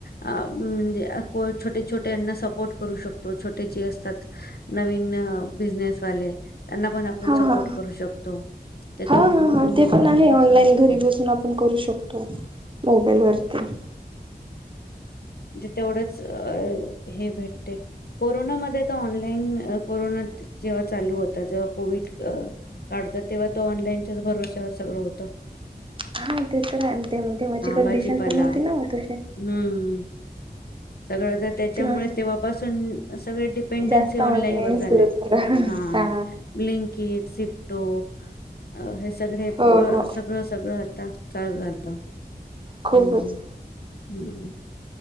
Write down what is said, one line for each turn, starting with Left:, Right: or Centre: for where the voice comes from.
Left: म्हणजे छोटे छोटेना सपोर्ट करू शकतो. छोटे जे असतात नवीन बिझनेसवाले त्यांना पण पण
Right: हा
Left: सपोर्ट
Right: हा
Left: करू शकतो.
Right: हा
Left: अहम
Right: हा हा
Left: म्हणजे
Right: ते पण आहे
Left: अस
Right: ऑनलाईन घरी बसून आपण करू शकतो मोबाईलवर. <inaudible>
Left: ज तेवढंच अ हे भेटते. कोरोनामध्ये तर ऑनलाईन कोरोना जेव्हा चालू होता. जेव्हा कोविड काळचा तेव्हा तो ऑनलाईनच्याच भरोश्यावर सगळं होत.
Right: हा ते तर रा ते ते माझी कंडिशन
Left: भाजीपाला
Right: पण नव्हती ना होत.
Left: हम्म. सगळं तर त्याच्यामुळे
Right: तेव्हा
Left: तेव्हापासून सगळे डिपेंडन्सी
Right: जास्त
Left: ऑनलाईन वर झालंय
Right: सुरू झालं.
Left: ह
Right: हा
Left: लिंकिट सि तो अ सगळे
Right: हो हो
Left: सगळं सगळं आ चालू झालं.
Right: खूपच.
Left: हम्म हम्म <unintelligible>